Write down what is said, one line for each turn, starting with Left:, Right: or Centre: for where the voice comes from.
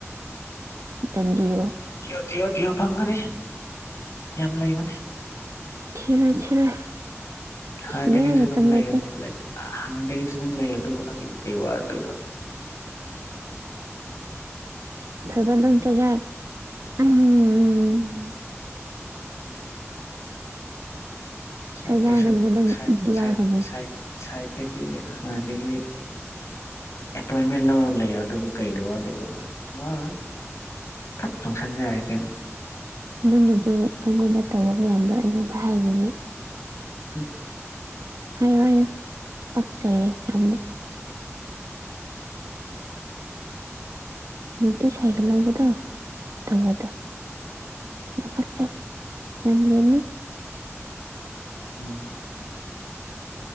Right: ꯇꯟꯂꯤꯔꯣ
Left: ꯊꯤꯌꯣ ꯊꯤꯌꯣ ꯊꯤꯌꯣ ꯐꯪꯒꯅꯤ ꯌꯥꯝ ꯂꯩꯕꯅꯦ
Right: ꯊꯤꯔꯣꯏ ꯊꯤꯔꯣꯏ
Left: ꯍꯥꯟꯅꯗꯒꯤꯁꯨ
Right: ꯊꯤꯅꯤꯡꯉꯥꯏ ꯃꯇꯝ
Left: ꯑꯗꯨꯝ ꯂꯩ
Right: ꯂꯩꯇꯦ
Left: ꯍꯥꯏꯕꯗꯨꯣ ꯂꯩ ꯍꯥꯟꯅꯗꯒꯤꯁꯨ ꯑꯗꯨꯝ ꯂꯩ ꯑꯗꯨ ꯅꯪꯒꯤꯗꯤ ꯀꯩ ꯋꯥꯔꯗꯣꯏꯔꯣ
Right: ꯊꯣꯏꯕ ꯂ ꯆꯖꯥꯛꯝ ꯎꯝ
Left: ꯁꯥꯏ
Right: ꯆꯩꯔꯥꯛꯒꯅꯤ ꯅꯪ
Left: ꯁ
Right: ꯆꯩꯔꯥꯛꯒꯅꯤ
Left: ꯁꯥꯏ ꯁꯍꯤꯇ ꯍꯗꯒꯤꯈꯤ ꯑꯦꯄꯣꯏꯟꯃꯦꯟ ꯂꯧꯔꯒ ꯂꯩꯔꯦ ꯑꯗꯨꯕꯨ ꯀꯩꯗꯣ ꯋꯥꯗꯣꯏꯕꯅꯣ ꯋꯥꯔꯣꯏ ꯈꯠ ꯆꯣꯡꯁꯟꯖꯔꯦ ꯀꯩꯅꯣ
Right: ꯅꯪꯒꯤꯗꯤ ꯅꯪꯉꯣꯟꯗ ꯇꯧꯕ ꯃꯌꯥꯝꯗꯣ ꯑꯩꯉꯣꯟꯗ ꯍꯥꯏꯅꯤꯡꯉ
Left: ꯍ
Right: ꯍꯥꯏꯌꯣ ꯍꯥꯏꯌꯣ ꯄꯥꯛꯆꯩꯌꯦ ꯌꯥꯝꯅ
Left: <inaudible>
Right: ꯅꯨꯡꯇꯤ ꯁꯥꯏꯀꯜ ꯂꯧꯕꯗꯣ ꯇꯧꯕꯗꯣ ꯌꯥꯝ ꯄꯥꯛꯆꯩ ꯌꯥꯝ ꯂꯦꯝꯅꯤ
Left: ꯎꯝ